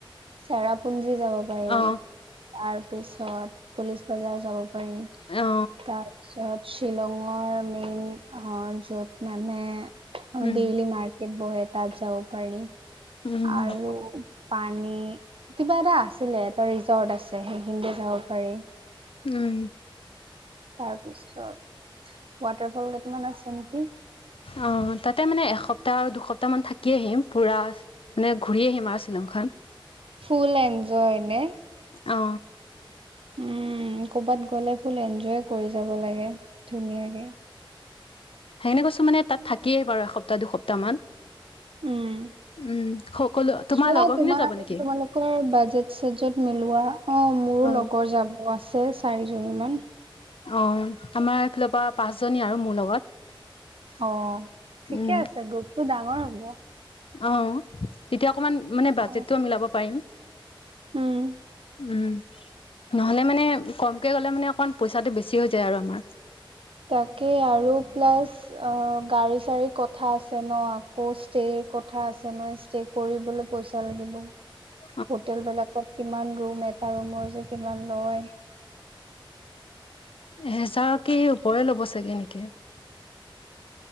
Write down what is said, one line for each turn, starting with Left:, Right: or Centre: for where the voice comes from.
Right: চেৰাপুঞ্জী যাব পাৰি।
Left: অ
Right: তাৰ পিছত পলিচ বজাৰ যাব পাৰি,
Left: অ
Right: তাৰপিছত শ্বিলঙৰ মেইন অ য'ত মানে
Left: উম
Right: ডেইলি মাৰ বহে তাত যাব পাৰি
Left: উম
Right: আৰু পানী কিবা এটা আছিলে। এটা ৰিজৰ্ট আছে সেইখিনিটো যাব পাৰি।
Left: উম।
Right: তাৰপিছত ৱাটাৰ ফল কেইটামান আছে নেকি?
Left: অ তাতে মানে এসপ্তাহ দুসপ্তাহ মান থাকি আহিম পুৰা ঘূৰি আহিম আ শ্বিলংখন।
Right: ফুল এঞ্জয় নে?
Left: অ
Right: উম, ক'ৰবাত গ'লে ফুল এঞ্জয় কৰি যাব লাগে ধুনীয়াকে।
Left: সেইকাৰনে কৈছোঁ মানে তাত থাকিয়েই বাৰু এসপ্তাহ দুসপ্তামান।
Right: উম।
Left: উম সকলো তোমাৰ
Right: চোৱা
Left: লগৰখিনিয়ে
Right: তোমাৰ
Left: যাব নেকি
Right: তোমালোকৰ বাজেট চাজেট মিলোৱা। অ মোৰো
Left: অ
Right: লগৰ যাব অ আছে চাৰিজনীমান।
Left: অ আমাৰ এইফালৰ পৰা পাঁচজনী আৰু মোৰ লগত।
Right: অ ঠিকে
Left: উম,
Right: আছে, গ্ৰুপটো ডাঙৰ হ'ব।
Left: অ তেতিয়া অকমান মানে বাজেটটো
Right: অ
Left: মিলাবও পাৰিম।
Right: উম
Left: উম, নহ'লে মানে কমকে গ'লে মানে অকন পইচাটো বেছি হৈ যায় আৰু আমাৰ।
Right: তাকে আৰু প্লাছ অ গাড়ী চাড়ীৰ কথা আছে ন, আকৌ ষ্টেৰ কথা আছে ন ষ্টে কৰিবলে পইচা লাগিব।
Left: <inaudible>
Right: হোটেলবিলাকত কিমান ৰুম, এটা ৰুমৰ যে কিমান লয়?
Left: হেজাৰ কি ওপৰে ল'ব চাগে নেকি?